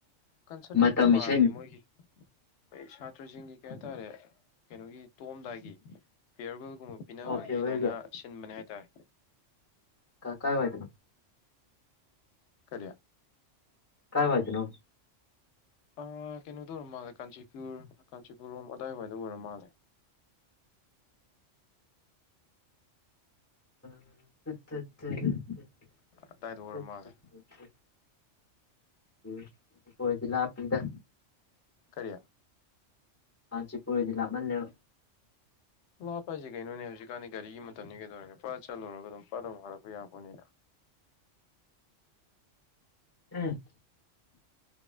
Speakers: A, on the left; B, on the left.
A: ꯀꯟꯁꯔꯠꯃꯛꯇꯤ
B: ꯃꯇꯝ
A: ꯃꯥꯟꯗꯦ
B: ꯏꯁꯩ
A: ꯃꯣꯏꯒꯤ ꯀꯩ ꯁꯥꯇ꯭ꯔꯁꯤꯡꯒꯤ ꯀꯩ ꯍꯥꯏꯇꯥꯔꯦ ꯀꯩꯅꯣꯒꯤ ꯇꯣꯛꯑꯝꯗꯥꯏꯒꯤ ꯐꯤꯌꯔ ꯋꯦꯜꯒꯨꯝꯕ ꯄꯤꯅꯕꯒꯤ
B: ꯑꯣ ꯐꯤꯌꯔꯋꯦꯜꯒꯤ
A: ꯑꯗꯨꯃꯥꯏꯅ ꯁꯤꯟꯕꯅꯦ ꯍꯥꯏ ꯇꯔ
B: ꯀ ꯀꯥꯏ ꯋꯥꯏꯔꯗꯅꯣ
A: ꯀꯔꯤ
B: ꯀꯥꯏ ꯋꯥꯥꯏꯇꯅꯣ
A: ꯑꯥ ꯀꯩꯅꯣꯗ ꯑꯣꯏꯔꯝ ꯃꯥꯜꯂꯦ ꯀꯥꯟꯆꯤꯄꯨꯔ ꯀꯥꯟꯆꯤꯄꯨꯔꯔꯣꯝ ꯑꯗꯥꯏꯋꯥꯏꯗ ꯑꯣꯏꯔꯝ ꯃꯥꯜꯂꯦ
B: ꯎ <unintelligible>
A: ꯑꯗꯥꯏꯗ
B: <inaudible>
A: ꯑꯣꯏꯔ ꯃꯥꯜꯂꯦ
B: ꯎꯝ ꯀꯣꯏꯗꯤ ꯂꯥꯛꯄꯤꯗ
A: ꯀꯔꯤ
B: ꯀꯥꯟꯆꯤꯄꯨꯔ ꯑꯣꯏꯗꯤ ꯂꯞꯃꯜꯂꯦꯕ
A: ꯂꯥꯞꯄ ꯍꯥꯏꯁꯦ ꯀꯩꯅꯣꯅꯦ ꯍꯧꯖꯤꯛꯀꯥꯟꯗꯤ ꯒꯥꯔꯤꯒꯤ ꯃꯇꯝꯅꯤ ꯀꯩꯗꯧꯔꯒꯦ ꯄ꯭ꯔꯥ ꯆꯠꯂꯨꯔꯒ ꯑꯗꯨꯝ ꯄ꯭ꯔꯞ ꯄ꯭ꯔꯞ ꯋꯥꯔꯛꯄ ꯌꯥꯄꯅꯤꯅ
B: ꯎꯝ